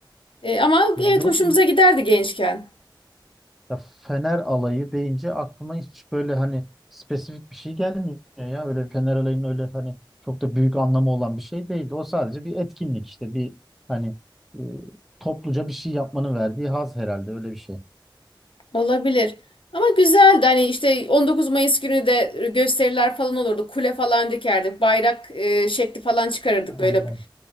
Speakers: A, on the left; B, in the centre.
A: E, ama evet
B: Yok
A: hoşumuza giderdi gençken.
B: Ya Fener alayı deyince aklıma hiç böyle hani spesifik bir şey gelmiyor ya. Öyle bir Fener alayının öyle hani çok da büyük anlamı olan bir şey değildi. O sadece bir etkinlik işte bir hani e, topluca bir şey yapmanın verdiği haz herhalde öyle bir şey.
A: Olabilir. Ama güzeldi hani işte 19 Mayıs günü de gösteriler falan olurdu. Kule falan dikerdik. Bayrak e, şekli falan çıkarırdık.
B: Aynen.
A: Böyle